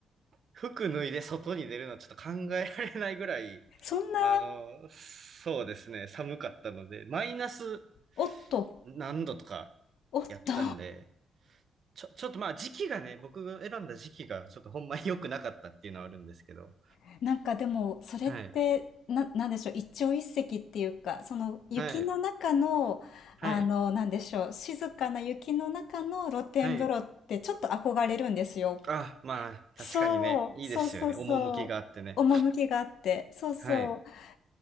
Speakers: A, on the right (about 50°); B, on the left (about 75°).
A: 服脱いで外に出るのはちょっと考えられないぐらい、
B: そんな、
A: あの、そうですね。寒かったので、マイナス
B: おっと、
A: 何度とか
B: おっと、
A: やったんで、ちょ、ちょっとまあ時期がね、僕が選んだ時期がちょっとほんまに良くなかったっていうのはあるんですけど、
B: <laughs> なんかでもそれって、
A: はい。
B: な、なんでしょう、一朝一夕っていうか、その雪の中の、
A: はい。はい。
B: あの、なんでしょう、静かな雪の中の露天風呂ってちょっと憧れるんですよ。
A: はい。あ、まあ、確かにね、
B: そう、
A: いいですよね。
B: そうそうそう。
A: 趣があってね。
B: 趣があって。そうそう。
A: はい。